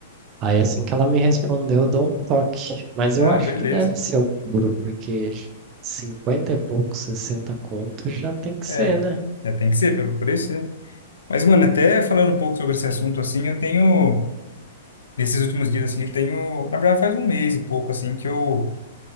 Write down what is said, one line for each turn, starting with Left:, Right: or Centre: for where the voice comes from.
Right: Aí assim que ela me respondeu, eu dou um toque. Mas
Left: Não,
Right: eu acho
Left: beleza.
Right: que deve ser o puro, porque j- 50 e pouco, 60 contos já tem que
Left: É,
Right: ser, né?
Left: já tem que ser pelo preço, né? Mas, mano, até falando um pouco sobre esse assunto, assim, eu tenho... Nesses últimos dias, assim, eu tenho... Na verdade, faz um mês e pouco, assim, que eu